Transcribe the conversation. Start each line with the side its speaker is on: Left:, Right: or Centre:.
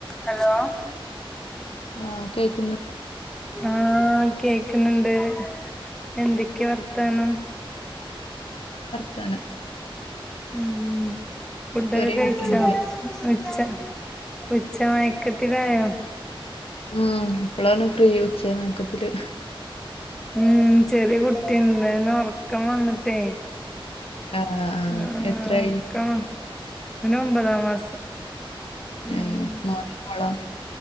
Centre: Hello
Left: ആഹ് കേക്കുന്നുണ്ട്
Centre: ആഹ് കേക്കുന്നുണ്ട് എന്തൊക്കെയാ വർത്താനം
Left: തനം
Centre: മ്മ് ഫുഡൊക്കെ
Left: ചെറിയ
Centre: കഴിച്ചോ
Left: കുട്ടിയുണ്ടല്ലേ
Centre: ഉച്ച ഉച്ച മയക്കത്തിലായോ
Left: മ്മ് ഇപ്പളാണ് ഫ്രീ ഉച്ച മയക്കത്തില്
Centre: മ്മ് ചെറിയ കുട്ടിണ്ട് ഓനൊർക്കം വന്നിട്ടേ
Left: ആ ആ,
Centre: അ
Left: എത്രയായി
Centre: ഉറക്കം ഓനൊമ്പതാം മാസം ഉം
Left: ഏ മൊനൊ മോളൊ